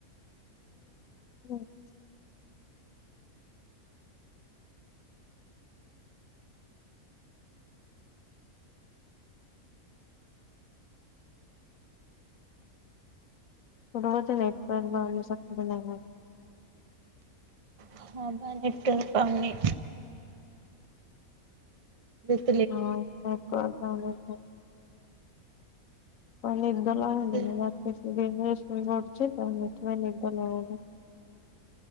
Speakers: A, on the left; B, on the right.
A: <unintelligible> ମୋର ବଧ ନେଟବ ପାଉନି ସତରେ ନା କଣ
B: ହଁ ପା ନେଟୱର୍କ ପାଉନି। ତ
A: ହଁ ନେଟୱର୍କ ପାଉନି କଣ ନିଦ ଲାଗୁନି
B: ସେ
A: ରାତି ଦିନରେ ଶୋଇ ବଡୁଛି ତଲେ ଏଥିପାଇଁ ନିଦ ଲାଗୁନି